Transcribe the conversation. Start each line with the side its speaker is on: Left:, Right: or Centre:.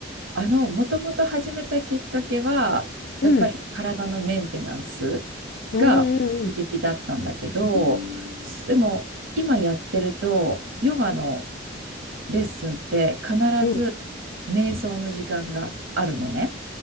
Right: あの、もともと始めたきっかけは、やっぱり体のメンテナンスが目的だったんだけど、
Left: うん。うんうん
Right: うんでも今やってると、ヨガのレッスンって必ず
Left: うん。
Right: 瞑想の時間があるのね。